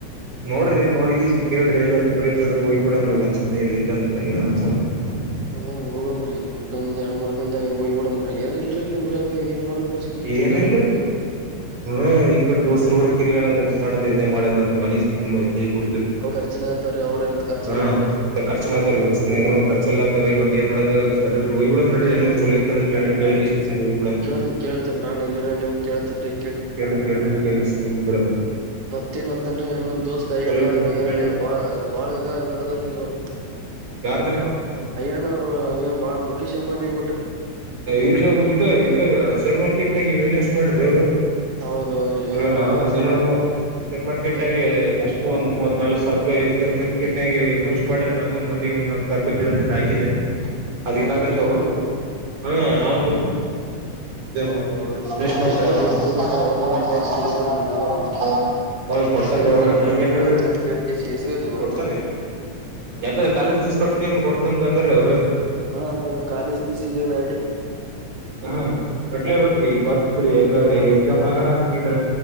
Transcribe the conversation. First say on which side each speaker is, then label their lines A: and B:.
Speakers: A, on the right (about 75°); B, on the right (about 40°).
A: ನೋಡ್ರಿ ನೋಡ್ಗಿಸ್ ಕೇಳ್ರಿ ಎಲ್ಲ. ಹಲೋ ವೀಕ್ಷಕರೆ ಹೋಯ್ ಬಿಡಂಬ್ರಿ ಚುಮ್ನೆ ಇದ್ದಂಗ್ ಕಳೆಯ <unintelligible>
B: ಹ್ಮ ಹೋಗೋಣ ಮತ್ತು. ಇನ್ನೊಂದೆರಡು ಎರಡು ಮೂರ್ ದಿನದಲ್ಲಿ ಹೋಗ್ಬಿಡನ್ ನಡಿ ಎಲ್ಲಿ ರೀ ನೀವಿರೋದು ಏನ್ ಮಾಡೋದು ಸುಮ್ನೆ
A: ರೀ
B: ತಿರುಗಾಡಬೇಕು.
A: ಏನ್ ಇಲ್ರಿ ಹ್ಮ ಈ ಕಡೆ ದೋಸ್ತರು ಇವರು ತಿರಗಾಡದು ಮಾಡದಿದೆ ಮಾಡದು ಮನಿಜು ತುಂಬ ಕೈ ಕೊಡ
B: ಅವ್ ಖರ್ಚಿನ ಆತವ್ರಿ ಅವ್ರೇಏನ ಖರ್ಚು
A: ಹ
B: ಮಾಡಲ್ಲ
A: ಖರ್ಚು ಮಾಡ್ತಾರೆಲ್ಲ ಸುಮ್ನೆ. ಚೆಲ್ಲತಾರಿ ಮತ್ ಏನ್ ಮಾಡಕ್ಕಗಲ್ರಿ. ಸಡನ್ಲ್ ಹೋಗುಬರನ್ ನಡ್ರಿ
B: ಹಾ
A: ಎಲ್ ಎಲ್ ಚಲೋ ಇತ್ತು ಕೇಳ್ರಿ ಕ್ಯಾಲ್ಕಿಕಿಷನ್ ಹೋಗ್ಬಿಡೋಣ.
B: ಕೇಳ್ತನ್ ಕೇಳ್ತಾರ ನಾನ್ ಇಲ್ಲಿನ್ ಕೇಳ್ತನ್ರಿ
A: ಎಲ್ಲರೂ ಕೇಳಿ ವ್ಯಾಲ್ಯೂ ವಿಶನ್ ಬಿಡಂದ್ರಿ.
B: ಮತ್ತೇಏನಂತನ್ರಿ ನಿಮ್ ದೋಸ್ತ್ ಅಯ್ಯಣ್ಣ
A: ಇತ್ತ
B: ಅವ್ರಿ
A: ಅಂದ್ರ
B: ಏನ್
A: ಕೇಳಿ
B: ಬಾಳು ಬಾಳ್ ಇದೆ ನಡೆದಲ್ರಿ ಇವರದು.
A: ಯಾರ್ದ್ರಿ
B: ರೊಕ್ ಅಯ್ಯಣ್ಣ ಅವರೇ ಏನು ಬಾಳ ಮುಖೇಶ್ ಅಂಬಾನಿದು.
A: ಇಲ್ರಿ ಅವರು ಇದು ಇದ್ರಾಗ ಶೇರ್ ಮಾರ್ಕೆಟ್ ನಾಗ ಇನ್ವೆಸ್ಟ್ ನೋಡ್ರಿ ರೇರ್.
B: ಹೌದೌದ್ರಿ
A: ಹುದನ
B: ಏನು
A: ಸಿಲ್ಲೆರೆನ ಶೇರ್ ಮಾರ್ಕೆಟ್
B: ಹ್ಮ
A: ನಾಗೆ
B: ಹಾ
A: ಎಷ್ಟು ಒಂದ್ ಮೂವತ್ ನಲವತ್ತು ಸಾವರ ಶೇರ್ ಮಾರ್ಕೆಟ್ ನಂಗೆ ಇನ್ವೆಸ್ಟ್ ಮಾಡ್ರ ನನಗೊಂದು ಮನೆಹತ್ತು ಸಾವಿರರೂಪಾಯಿ ಕೇಳಿದ್ರೆ ಹಾಕಿದರಿ. ಅದು
B: ಹಾಕಿದ್ರನ್ರಿ
A: ಇನ್ನದರ್ಗ ಅವರುನ್ ಹ ನಾವು ಕೊಟ್ಟ ಅ
B: ಹೌದ ಅವ್ರಿಗೆ
A: <unintelligible>
B: ನೋಡ್ರಿ ಇಸ್ಕೋರಿ ಬಿಡ್ಬಾಡ್ರಿ ಅವ್ರ ಬಳಿ ಮಾತ್ರ ಬಿಡ್ಬಾಡ್ರಿ ನಾವು
A: ಹೌದು ಕೊಡ್ತರಿ
B: ನೋಡ್ರಿ ಯಾವಾಗ
A: ಅವ್ರು
B: ಕೊಡ್ತಾರ
A: ನನ್ಗೆ ನಿಲ್ರಿ
B: ಕೇಳ್ರಿ ಕೇಳ್ಕೇಸಿ ಇಸ್ಕೋರಿ
A: ಕೊಡ್ತರಿ
B: ಮತ್ತ
A: ಯಾಕದ್ ಕಾಲೇಜ್, ಫೀಸು ಕಟ್ಟಿದಿನಿ ಕೊಡ್ತಿ ಅಂತ ಅಂದ್ರಿ ಅವರು.
B: ಹಾ ಹ ಕ ಕಾಲೇಜು ಪೀಸಿಗೆ ಏನ.
A: ಹ ಕಟ್ಲೇಬೇಕ್ರಿ <unintelligible> ಈಗ ಹೆಂಗಾದ್ರೂ
B: ಹ
A: ಎಕ್ಸಾಮ್ ಆಗೋಣ ಸೀದಾ.